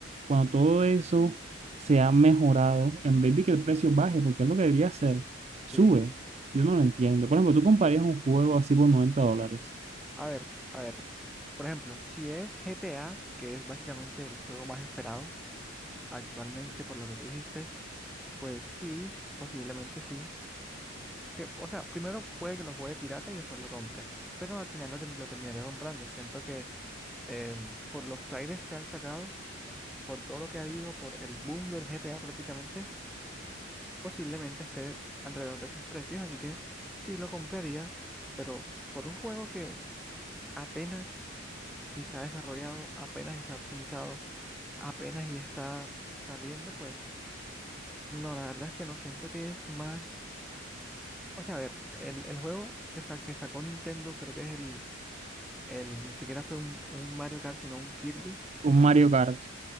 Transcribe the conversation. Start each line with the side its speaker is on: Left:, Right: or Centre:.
Right: Cuando todo eso se ha mejorado, en vez de que el precio baje, porque es lo que debería hacer, sube.
Centre: Sí.
Right: Yo no lo entiendo. Por ejemplo, tú comprarías un juego así por 90 dólares,
Centre: A ver, a ver. Por ejemplo, si es GTA, que es básicamente el juego más esperado actualmente por lo que tú dijiste, pues sí, posiblemente sí. que, o sea, primero puede que lo juegue pirata y después lo compre, pero al final lo, term- lo terminaría comprando. Siento que em, por los trailers que han sacado, por todo lo que ha habido, por el boom del GTA prácticamente, posiblemente esté alrededor de esos precios, así que sí lo compraría, pero por un juego que apenas y se ha desarrollado, apenas y se ha optimizado, apenas y está saliendo, pues no, la verdad es que no siento que es más... O sea, a ver, el, el juego que, sa- que sacó Nintendo creo que es el El, ni siquiera fue un, un Mario Kart, sino un Kirby.
Right: un
Centre: Si no
Right: Mario
Centre: estoy mal.
Right: Kart,